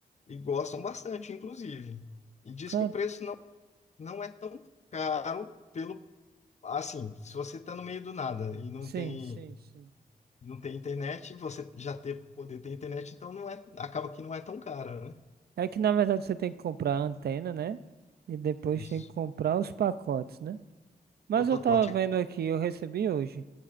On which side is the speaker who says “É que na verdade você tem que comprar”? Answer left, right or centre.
Right